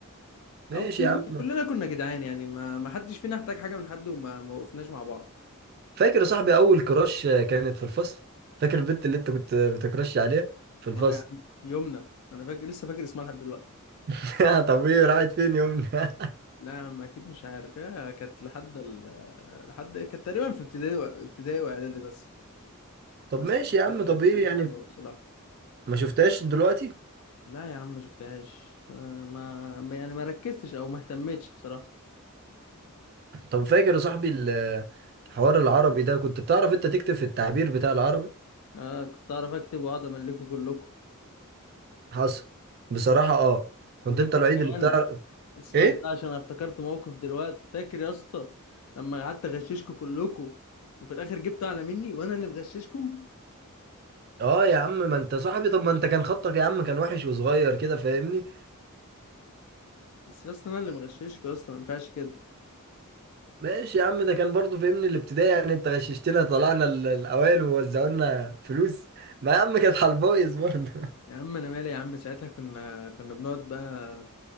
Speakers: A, on the right; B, on the left.
A: ماشي
B: او كلنا
A: يا عم
B: كلنا كنا جدعان يعني ما ما حدش فينا احتاج حاجه من حد وما ما وقفناش مع بعض
A: فاكر يا صاحبي اول كراش كانت في الفصل فاكر البنت اللي انت كنت بتكراش عليها في الفصل
B: اه يا عم يومنا انا فاكر لسه فاكر اسمها لحد دلوقتي
A: <laughs> طب ايه راحت فين يومنا
B: لا يا عم اكيد مش عارف يا كانت لحد ال... لحد كانت تقريبا في ابتدائي و- ابتدائي واعدادي بس
A: طب
B: بس
A: ماشي يا عم
B: آه،
A: طب ايه
B: كانت
A: يعني
B: حلوه بصراحه
A: ما شفتهاش دلوقتي
B: لا يا عم ما شفتهاش آه، ما ما- يعني ما ركزتش او ما اهتمتش بصراحه
A: طب فاكر يا صاحبي ال- حوار العربي ده كنت بتعرف انت تكتب في التعبير بتاع العربي
B: آه كنت اعرف اكتب واقعد املكه كلكم
A: حصل بصراحة اه كنت
B: وفاكر
A: انت الوحيد
B: كمان
A: اللي بتعرف
B: اسكت
A: ايه
B: بقى عشان أنا افتكرت موقف دلوقتي فاكر يا اسطى لما قعدت اغششكم كلكم وفي الاخر جبت اعلى مني وانا اللي مغششكم
A: اه يا عم ما انت صاحبي طب ما انت كان خطك يا عم كان وحش وصغير كده فاهمني
B: بس يا اسطى انا اللي مغششكم يا اسطى ما ينفعش كده
A: ماشي يا عم ده كان برضو فاهمني الابتدائي يعني انت غششتنا طلعنا ال- الاوائل ووزعولنا فلوس ما يا عم كانت على البايظ برضه
B: يا عم انا مالي يا عم ساعتها كنا كنا بنقعد بقى